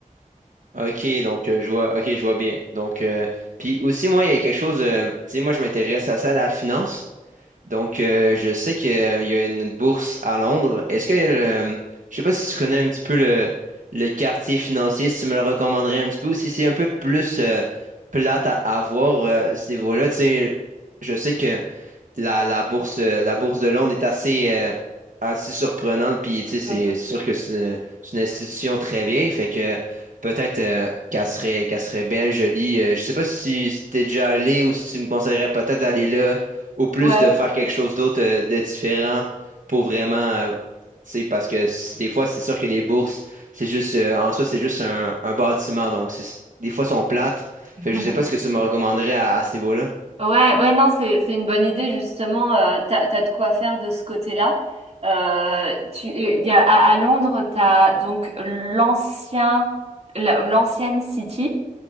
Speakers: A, on the right; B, on the right.
A: Ok, donc euh, je vois, ok, je vois bien. Donc, euh, puis aussi, moi, il y a quelque chose, euh, tu sais, moi, je m'intéresse à ça, à la finance. Donc, euh, je sais qu'il y a une bourse à Londres. Est-ce que, le, je sais pas si tu connais un petit peu le, le quartier financier, si tu me le recommanderais un petit peu, ou si c'est un peu plus euh, plate à avoir à voir, euh, à ce niveau-là. Tu sais, je sais que la, la bourse, euh, la bourse de Londres est assez, euh, assez surprenante. Puis, tu sais, c'est
B: Mhm.
A: sûr que c'est euh, c'est une institution très vieille. Fait que peut-être euh, qu'elle serait, qu'elle serait belle, jolie. Euh, je sais pas si, si t'es déjà allé ou si tu me conseillerais peut-être d'aller là ou plus
B: Ouais.
A: de faire quelque chose d'autre euh, de différent pour vraiment. euh, tu sais, parce que c- des fois, c'est sûr que les bourses, c'est juste, euh, en soi, c'est juste un, un bâtiment. Donc, c'est- des fois, sont plates.
B: <laughs>
A: Fait que je sais pas ce que tu me recommanderais à à ce niveau-là.
B: Ouais, ouais, non, c'est c'est une bonne idée justement. Euh, t'as t'as de quoi faire de ce côté-là. Euh, tu, il y a, à, à Londres, t'as donc l'ancien, la- l'ancienne City,